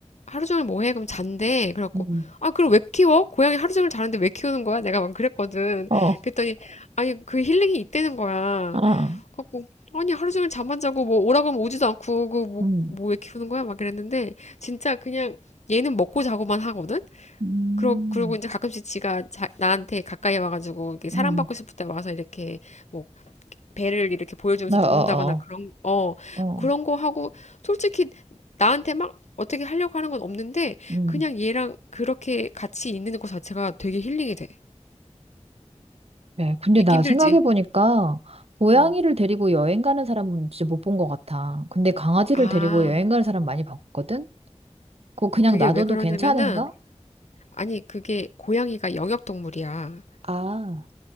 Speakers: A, on the left; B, on the right.
A: 하루 종일 뭐 해? 그럼 잔대. 그래갖고,
B: 음,
A: 아, 그럼 왜 키워? 고양이 하루 종일 자는데 왜 키우는 거야? 내가 막 그랬거든.
B: 어.
A: 그랬더니, 아니, 그 힐링이 있다는 거야.
B: 어.
A: 그래갖고, 아니, 하루 종일 잠만 자고 뭐 오라고 하면 오지도 않고, 그 뭐,
B: 음,
A: 뭐 왜 키우는 거야? 막 그랬는데, 진짜 그냥 얘는 먹고 자고만 하거든?
B: 음,
A: 그러, 그러고 이제 가끔씩 지가 자- 나한테 가까이 와가지고, 이렇게 사랑받고
B: 음,
A: 싶을 때 와서 이렇게 뭐 배를 이렇게 보여주면서
B: 어, 어,
A: 눕는다거나 그런, 어,
B: 어. 어.
A: 그런 거 하고, 솔직히 나한테 막 어떻게 하려고 하는 건 없는데,
B: 음.
A: 그냥 얘랑 그렇게 같이 있는 것 자체가 되게 힐링이 돼.
B: 네, 근데
A: 믿기
B: 나
A: 힘들지?
B: 생각해보니까 고양이를
A: 음.
B: 데리고 여행 가는 사람은 진짜 못 본 것 같아. 근데 강아지를
A: 아,
B: 데리고 여행 가는 사람 많이 봤거든? 그거 그냥
A: 그게
B: 놔둬도
A: 왜 그러냐면은,
B: 괜찮은가?
A: 아니, 그게 고양이가 영역동물이야.
B: 아,